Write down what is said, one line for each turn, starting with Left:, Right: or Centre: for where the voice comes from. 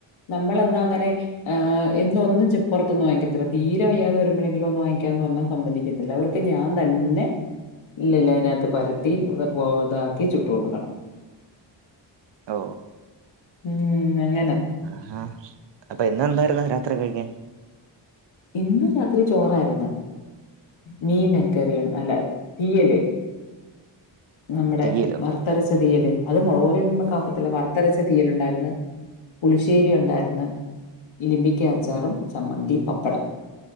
Left: നമ്മളെന്നാങ്ങനെ ആ എന്നുവൊന്നുംച് പൊറത്തൂന്ന് വാങ്ങിക്കത്തില്ല തീരെ വയ്യാതെ വരുമ്പഴെങ്കിലും ഒന്ന് വാങ്ങിക്കാന്ന് പറഞ്ഞാൽ സമ്മതിക്കത്തില്ല അവർക്ക് ഞാന്തെന്നെ <unintelligible> പരത്തി ബോതാക്കി ചുട്ടു കൊടുക്കണം
Right: ഓ
Left: ഉം അങ്ങനാ
Right: ആഹ് അപ്പൊ ഇന്നെന്താ <unintelligible> രാത്രി കഴിക്കാൻ
Left: ഇന്ന് രാത്രി ചോറാര്ന്ന് മീന്ക്കറിയൊൺ അല്ല തീയല് നമ്മടെ
Right: തീയലോ
Left: വറുത്തരച്ച തീയല് അത് മുളക്പൊടിയൊന്നുവെക്കാഒക്കത്തില്ല വറുത്തരച്ച തീയല്ണ്ടാര്ന്ന് പുളിശ്ശേരി ഒണ്ടാര്ന്ന് ഇലിമ്പിക്ക അച്ചാറും ചമ്മന്തീം പപ് പ്പടം